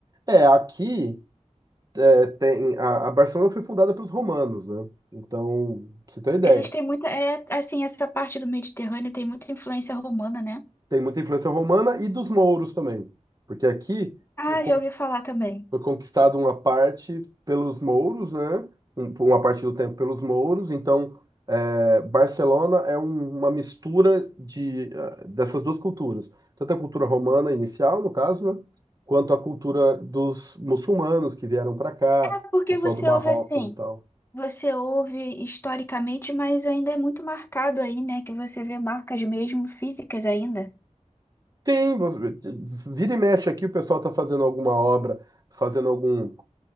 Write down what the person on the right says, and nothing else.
É, aqui é, tem. A, a Barcelona foi fundada pelos romanos, né? Então, pra você ter uma ideia,
tem muita influência romana e dos mouros também. Porque aqui foi.
con-
Foi conquistado uma parte pelos mouros, né? Um- por Uma parte do tempo pelos mouros. Então, é, Barcelona é um- uma mistura de, eh, dessas duas culturas, tanto a cultura romana inicial, no caso, né? Quanto a cultura dos muçulmanos que vieram para cá,
pessoal
do Marrocos
e tal.
Tem, você- vira e mexe aqui, o pessoal está fazendo alguma obra, fazendo algum